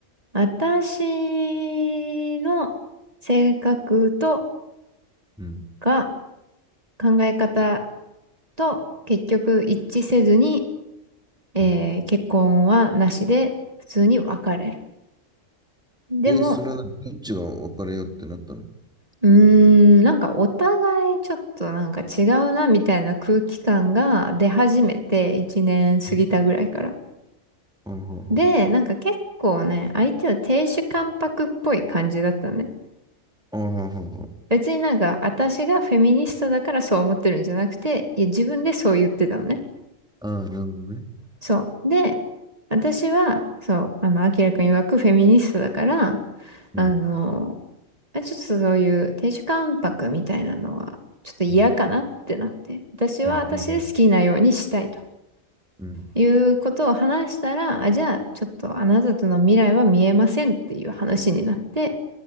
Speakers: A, on the right (about 30°); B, in the centre.
A: 私の性格と
B: うん。
A: か考え方と結局一致せずに、えー結婚はなしで普通に別れる。
B: うん
A: でも、
B: えー、それはどっちが別れようってなったの
A: うーん、なんかお互いちょっとなんか違うなみたいな空気感が出始めて1年過ぎたぐらいから。
B: えあはは。
A: で、なんか結構ね、相手は亭主関白っぽい感じだったのね。
B: あははは。
A: 別になんか、私がフェミニストだからそう思ってるんじゃなくて、いや、自分でそう言ってたのね。
B: ああ、なるほどね。
A: そう。で、私は、そう、あの、アキラくん曰くフェミニストだから、
B: うん。
A: あの、まあちょっとそういう亭主関白みたいなのは、ちょっと嫌かなってなって、
B: うん。
A: 私は私で好きなようにしたいと
B: うん。うん。うん。
A: いうことを話したら、あ、じゃあ、ちょっとあなたとの未来は見えませんっていう話になって、